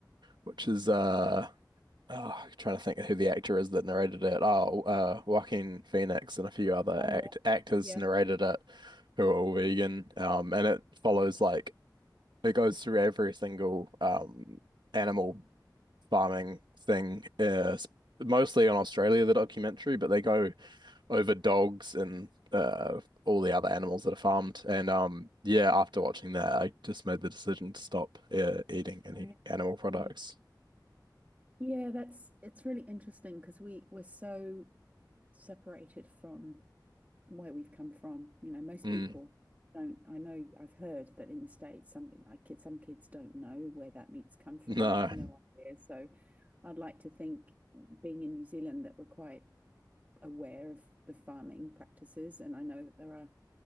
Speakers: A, on the right; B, on the right.
A: which is uh oh, I'm trying to think of who the actor is that narrated it. Oh, uh Joaquin Phoenix and a few other
B: Oh yeah,
A: act actors
B: yeah,
A: narrated it who are all vegan.
B: yeah.
A: Um and it follows like it goes through every single um animal farming thing uh, s- mostly on Australia the documentary, but they go over dogs and uh, all the other animals that are farmed. And um, yeah, after watching that, I just made the decision to stop uh, eating any
B: Right.
A: animal products.
B: Yeah. Yeah, that's it's really interesting because we we're so separated from where we've come from. You know, most
A: Mm,
B: people don't. I know I've heard that in the States, some like kids, some kids don't know where that meat's come from.
A: no.
B: They have no idea. So I'd like to think, being in New Zealand, that we're quite aware of the farming practices. And I know that there are